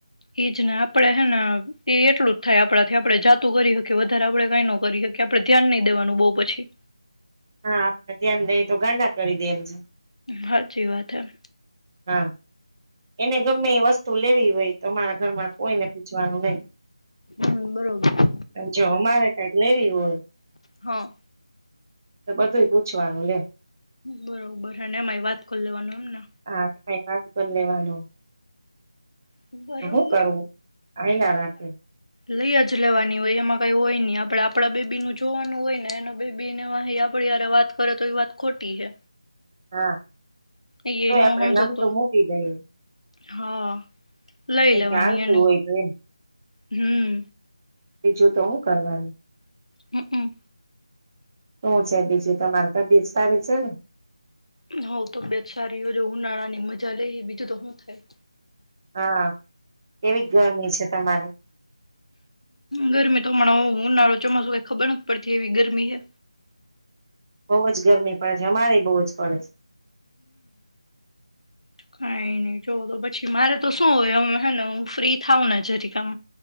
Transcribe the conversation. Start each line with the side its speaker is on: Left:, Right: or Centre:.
Left: એજ ને, આપડે હેને એ એટલું જ થાય આપણાથી આપણે જાતું કરી હકીએ, વધારે આપણેે કઈ ન કરી હકીએ, આપડે ધ્યાન નઈ દેવાનું બવ પછી.
Right: હા, આપડ ધ્યાન દઈ તો ગાંડા કરી દે એમ છે.
Left: હાચી વાત હ.
Right: હા, એને ગમે એ વસ્તુ લેવી હોય. તમારા ઘરમાં કોઈને પૂછવાનું નહી,
Left: હમ બરોબર
Right: પણ જો અમારે કઈક લેવી હોય.
Left: હા.
Right: તો બધુંય પૂછવાનું લે.
Left: બરોબર અને એમાંય વાત કર લેવાનું. એમને
Right: હા. એ ય વાત કરી લેવાનો.
Left: બરોબર.
Right: તો હું કરવું, હાઈલા રાખે.
Left: લઈય જ લેવાની હોય, એમાં કઈ હોય નહી આપડે આપડા બેબી નું જોવાનું હોય, ને એના બેબીને વાહે એ આપડી હારે વાત કરે તો એ વાત ખોટી છે.
Right: હા.
Left: ઈ
Right: તોય
Left: એય ન
Right: આપડે
Left: સમજોતો,
Right: નમતું મૂકી દઈએ
Left: હા લઈ
Right: એમ
Left: લેવાની
Right: કે હાલતું
Left: એને,
Right: હોય તો એમ
Left: હમ્મ.
Right: બીજું તો હું કરવાનું.
Left: હ હમ્મ.
Right: હું છે બીજું તમારે તબિયત સારી છે ને.
Left: હવ તબીયત સારી એજ ઉનાળા ની મજા લઈએ બીજું તો હું થાય.
Right: હા, એવી ગરમી છે તમારે.
Left: ગરમી તો હમણાં ઉનાળો, ચોમાસું, કઈ ખબર નથ પડતી એવી ગરમી હે.
Right: બહુ જ ગરમી પડે છે, અમારે બહુ જ પડે છે.
Left: ખાય ને જોવો તો પછી. મારે તો શું હોય હમણાં હેને હું ફ્રી થાઉ ને જરી કામ